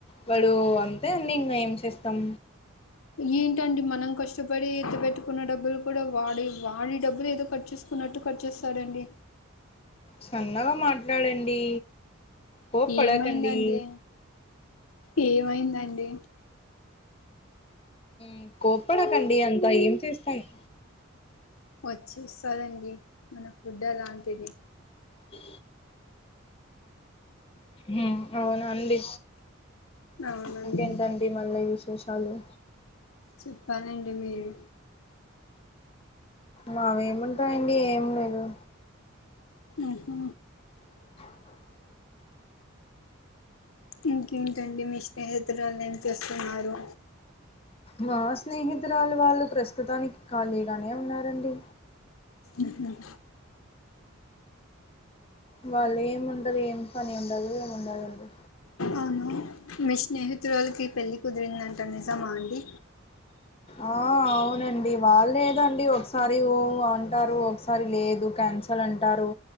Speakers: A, on the left; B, on the left.
A: వాడు అంతే అండి ఇంకా ఏం చేస్తాం
B: ఏంటండి మనం కష్టపడి ఎత్తు పెట్టుకున్న డబ్బులు కూడా వాడి వాడి డబ్బులు ఏదో కట్చెస్ కున్నట్టు కట్ చెస్తాడండి
A: సన్నగా మాట్లాడండి కోప్ పడకండి
B: ఏమైందండి ఏమైందండి
A: మ్ కోప్పడకండి అంతా ఏం చేస్తానమ్
B: వచ్చి ఇస్తారండి మన ఫుడ్ అలాంటిది
A: ఇ మ్ అవునండి
B: అవునండి
A: ఇంకేంటండి మల్ల విశేషాలు
B: చెప్పాలండి మీరు
A: మావేముంటాయండి ఏం లేదు
B: మ్ హు
A: <inaudible>
B: ఇంకేంటండి మీ స్నేహితురాలు ఏం చేస్తున్నారు
A: మా స్నేహితురాలు వాళ్ళు ప్రస్తుతానికి ఖాళీగానే ఉన్నారండి
B: ఉహుమ్
A: వాళ్ళు ఏమి ఉండదు ఏం పని ఉండదు ఉండదండి
B: అవును మీ స్నేహితులకి పెళ్ళి కుదిరిందంటా నిజమా అండి
A: అ ఆ అవునండి వాళ్ళు లేదండి ఒకసారి ఊఊఅంటారు ఒకసారి లేదు క్యాన్సల్ అంటారు